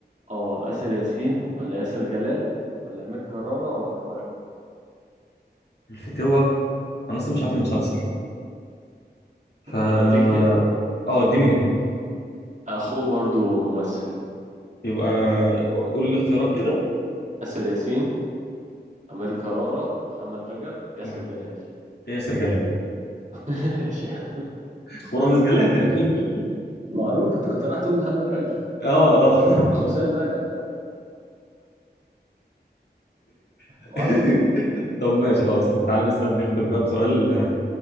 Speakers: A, on the right; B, on the left.
A: اه آسر ياسين ولا ياسر جلال ولا أمير كرارة ولا محمد رجب
B: الفتوة انا اصلا مش عارف
A: امم
B: المسلسل فا
A: طب اديك هنا
B: اه اديني هنا
A: اخوه برضو ممثل
B: يبقى قولي الاختيارات كده
A: آسر ياسين أمير كرارة محمد رجب ياسر
B: ما-
A: جلال
B: هي سرجلال
A: <laughs> ايش يا عم
B: خرام سجلال <laughs>
A: معروف انت كنت رايح تقول محمد رجب فاهم؟
B: <laughs> اه اه
A: اخو سيد رجب فاهم؟
B: <laughs>
A: معروف
B: طب ماشي خلاص تعالى نسأل نختم بقى بسؤال